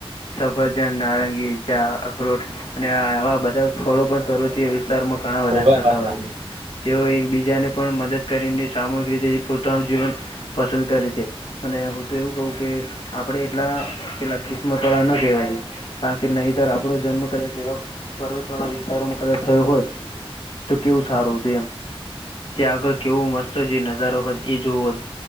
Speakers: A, on the left; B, on the right.
A: સફરજન નારંગી. ચા અખરોટ અને આવા બધા ફળો પણ પર્વતીય વિસ્તારોમાં ઘણા બધા
B: હોવે
A: થતા
B: વાત
A: હોય
B: હાચી.
A: છે. તેઓ એકબીજાને પણ મદદ કરીને સામૂહિક રીતે. જે પોતાનું જીવન પસંદ કરે છે અને હું તો એવું કહું કે. આપડે એટલા પેલા કિસ્મત વાળા ના કહેવાય. કારણ કે નહીતર આપણો જન્મ કદાચ એવા પર્વત વાળા વિસ્તારોમાં કદાચ થયો હોત. તો કેવું સારું હતું એમ ત્યાં આગળ કેવો મસ્ત જે નજારો હોય એ જોવો છે.